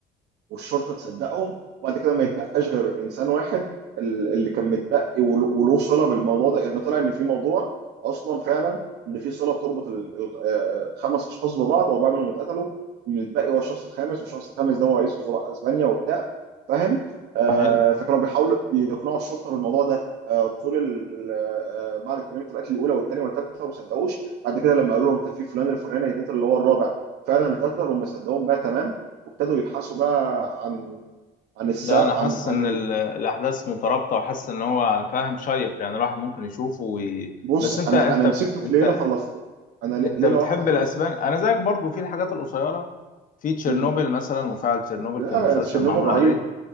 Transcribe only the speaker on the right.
والشرطه تصدقهم وبعد كده ما يتبقاش غير انسان واحد ال- اللي كان متبقي ول- وله صله بالموضوع ده يعني طلع ان في موضوع اصلا فعلا ان في صله بتربط ال- ال- آه، خمس اشخاص ببعض واربعه منهم اتقتلوا المتبقي هو الشخص الخامس والشخص الخامس ده هو رئيس وزراء اسبانيا وبتاع فاهم آه
فكانوا بيحاولوا يقنعوا الشرطه بالموضوع ده آه طول ال- آه بعد جريمه القتل الاولى والثانيه والثالثه وما صدقوش بعد كده لما قالوا لهم انت في فلان الفلاني هيتقتل اللي هو الرابع فعلا اتقتل وما صدقوهم بقى تمام وابتدوا يبحثوا بقى عن عن السبب
عن
عن
ال...
بص
انا
انا مسكته في
ليله خلصته انا لي-
ليله
واحده خلصته
امم
لا
تشيرنوبل
رهيب